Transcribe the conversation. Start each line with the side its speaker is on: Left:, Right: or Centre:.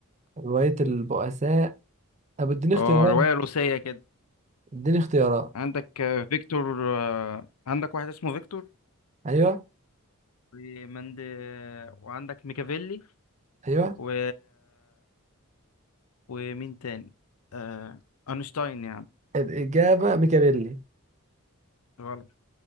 Right: رواية البؤساء طب اديني
Left: اه
Right: اختيارات
Left: رواية روسية كده
Right: اديني اختيارات
Left: عندك آه، فيكتور آه، عندك واحد اسمه فيكتور
Right: أيوه
Left: ومند وعندك ميكافيلي
Right: أيوه
Left: و... ومين تاني آه... أينشتاين يعني
Right: الإجابة ميكابيلي
Left: غلط